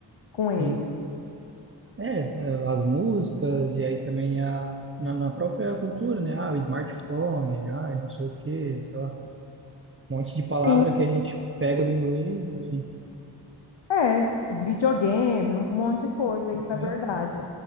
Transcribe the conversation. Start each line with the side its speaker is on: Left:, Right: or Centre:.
Left: com ele.
Right: sim. É, eh, as músicas e aí também a, na, na própria cultura, né? Ah, o smartphone, ah, não sei o quê, sei lá, um monte de palavra
Left: Sim,
Right: que a gente pega do inglês, enfim.
Left: é, videogame, um monte de coisa, isso é
Right: É,
Left: verdade.